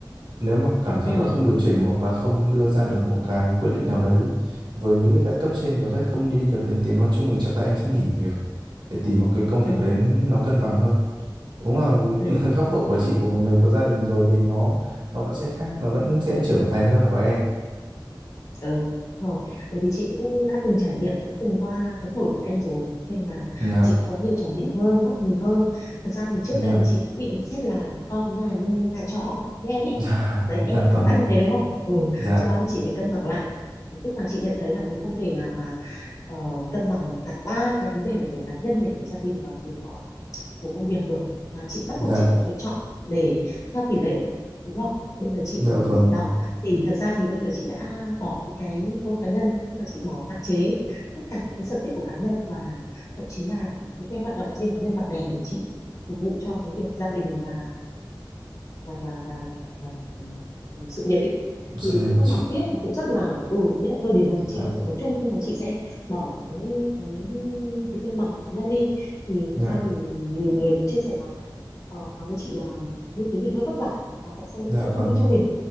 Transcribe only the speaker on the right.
Nếu mà cảm giác
là không điều chỉnh hoặc là không đưa ra được một cái quyết định nào đấy với lại cấp trên được ấy, không đi được đến tiếng nói chung thì chắc là em sẽ nghỉ việc để tìm một cái công việc
đấy nó cân bằng hơn. Đúng là
<laughs> góc độ của chị của một người có gia đình rồi thì nó nó vẫn sẽ khác, nó vẫn sẽ trưởng thành hơn của em.
Dạ,
dạ,
<laughs>
dạ,
dạ
vâng,
dạ,
dạ,
dạ
vâng,
sự
nghiệp
của
chị.
Dạ,
dạ,
dạ
vâng,